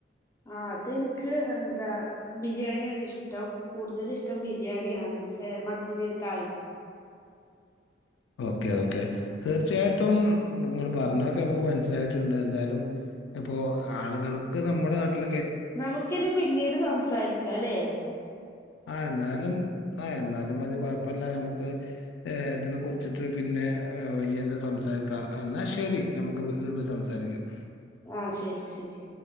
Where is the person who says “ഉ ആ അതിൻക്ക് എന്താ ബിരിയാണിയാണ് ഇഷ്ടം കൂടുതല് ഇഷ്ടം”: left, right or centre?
Left